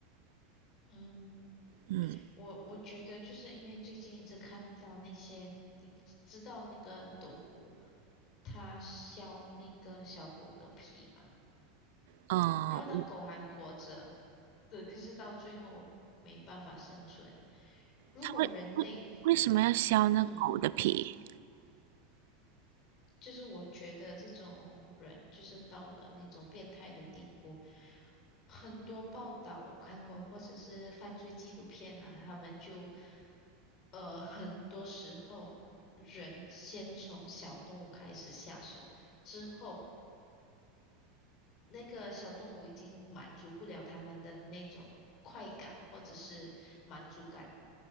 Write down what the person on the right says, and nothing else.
嗯
呃，
他为为为什么要削那狗的皮？